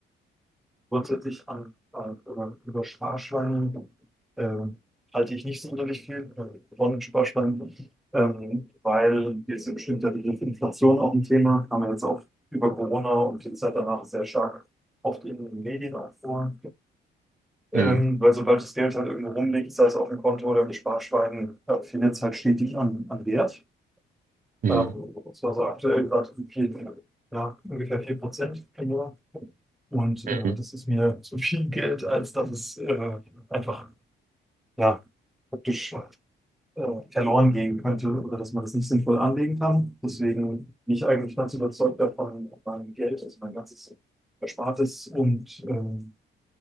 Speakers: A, in the centre; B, on the right.
A: Grundsätzlich an, an, über, über Sparschweine ähm, halte ich nicht sonderlich viel äh, von Sparschweinen, ähm, weil jetzt im bestimmter Begriff Inflation auch ein Thema, Haben wir jetzt auch über Corona und die Zeit danach sehr stark oft in den Medien auch vor. Ähm,
B: Mhm.
A: weil sobald das Geld halt irgendwo rumliegt, sei es auf dem Konto oder im Sparschwein, äh, findet es halt stetig an, an Wert.
B: Mhm.
A: Ähm, das war so aktuell gerade vier, ja, ungefähr 4 Prozent im Jahr. Und äh,
B: Mhm.
A: das ist mir zu viel Geld, als dass es äh, einfach ja, praktisch äh, verloren gehen könnte oder dass man das nicht sinnvoll anlegen kann. Deswegen bin ich eigentlich ganz überzeugt davon, mein Geld, also mein ganzes Erspartes und, ähm,